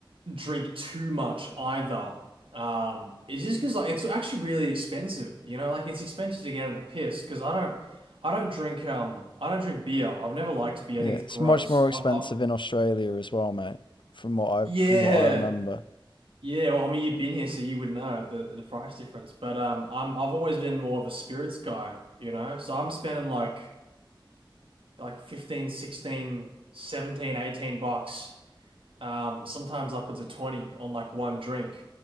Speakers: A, on the right; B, on the left.
A: drink too much either. Um, is just because like it's actually really expensive. You know, like it's expensive to get in the piss because I don't. I don't drink um I don't drink beer. I've never liked beer.
B: Yeah,
A: I think it's
B: it's
A: gross.
B: much more expensive
A: I've, i
B: in Australia as well, mate. From what I
A: Yeah,
B: from what I remember.
A: yeah. Well, I mean, you've been here, so you would know the the price difference. But um, I'm I've always been more of a spirits guy, you know. So I'm spending like like 15, 16, 17, 18 bucks, um, sometimes upwards of 20 on like one drink.